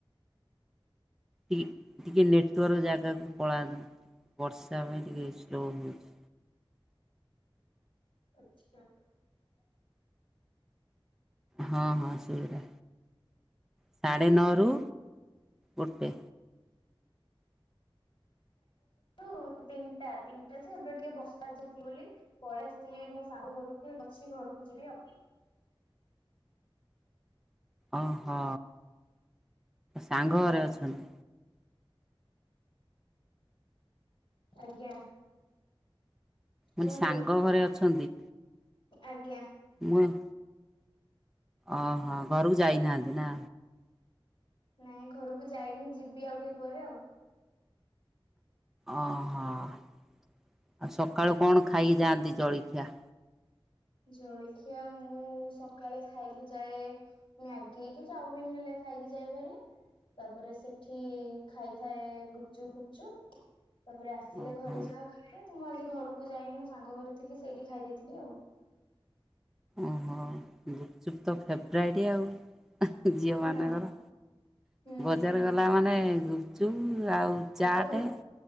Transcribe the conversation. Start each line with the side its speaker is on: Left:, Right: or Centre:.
Centre: ଟି ଟିକେ ନେଟୱାର୍କ ଜାଗାକୁ ପଳାନ୍ତୁ ବର୍ଷା ପାଇଁ ଟିକେ ଇସୁ ରହୁଚି।
Left: ଆଚ୍ଛା।
Centre: ହଁ ହଁ ସଇରା ସାଢ଼େ ନଅରୁ ଗୋଟେ।
Left: ଓହୋ ତିନିଟା ତିନିଟା ଯେ ଏବେ ଟିକେ ବର୍ଷା ହୋଉଚି ବୋଲି ପଳେଆସଥିଲି ମୋ ସାଙ୍ଗ ଘରକୁ ଅଛି ଘରକୁ ଯିବି ଆଉ।
Centre: ଓହୋ ସାଙ୍ଗ ଘରେ ଅଛନ୍ତି।
Left: ଆଜ୍ଞା। କୁହନ୍ତୁ
Centre: ମୁଁ କହିଲି ସାଙ୍ଗ ଘରେ ଅଛନ୍ତି।
Left: ଆଜ୍ଞା।
Centre: ମୁଁ ଅ ଓହୋ ଘରକୁ ଯାଇନାହାନ୍ତି ନା?
Left: ନାଇଁ ଘରକୁ ଯାଇନି ଯିବି ଆଉ ଟିକେ ପରେ ଆଉ।
Centre: ଓହୋ ଆଉ ସକାଳୁ କଣ ଖାଇକି ଯାଆନ୍ତି ଜଳିଖିଆ?
Left: ଜଳିଖିଆ ମୁଁ ସକାଳେ ଖାଇକି ଯାଏ ମ୍ୟାଗି କି ଚାଉମିନ ହେଲେ ଖାଇକି ଯାଇପାରିବେ। ତାପରେ ସେଠି ଖାଇଥାଏ ଗୁପଚୁପ ଫୁପଚୁପ୍। ତାପରେ ଆସିଲେ
Centre: ଓହୋ
Left: ଘରେ ଯାହା ଖାଏ ତ ମୁଁ ଆଜି ଘରକୁ ଯାଇନି ସାଙ୍ଗ ଘରେ ଥିଲି ସେଇଠି ଖାଇ ଦେଇଥିଲି ଆଉ।
Centre: ଓହୋ ଗୁପଚୁପ୍ ତ ଫେବରାଇଟି ଆଉ। ଝିଅମାନଙ୍କର
Left: ହଁ ହୁଁ
Centre: ବଜାର ଗଲାମାନେ ଗୁପ ଚୁପ ଆଉ
Left: ଆଗରୁ
Centre: ଚାଟେ